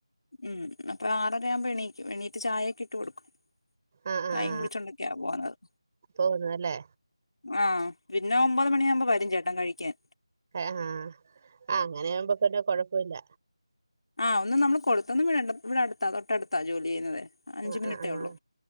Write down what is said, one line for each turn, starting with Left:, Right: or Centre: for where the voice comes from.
Left: ഉം അപ്പൊ ആറ ആറരയാവുമ്പോ എണീക്കും എണീറ്റ് ചായയൊക്കെ ഇട്ട് കൊടുക്കും
Right: ആ ആ
Left: ചായയും
Right: ആ
Left: കുടിച്ചൊണ്ടൊക്കെയാ പോവുന്നത്
Right: പോകുന്നല്ലേ
Left: ആഹ് പിന്നെ ഒമ്പത് മണിയാകുമ്പോ വരും ചേട്ടൻ കഴിക്ക ക്കാൻ
Right: ആഹ് ഹാ അങ്ങനെ ആവുമ്പൊക്കന്നെ കൊഴപ്പമില്ല
Left: ആ ഒന്നും നമ്മള് കൊടുത്തൊന്നും വിടണ്ട ഇവിടെ അടുത്താ തൊട്ടടുത്താ ജോലി ചെയ്യുന്നതേ അഞ്ച്
Right: അ
Left: മിനിറ്റേ
Right: ആ
Left: ഉള്ളൂ
Right: ആ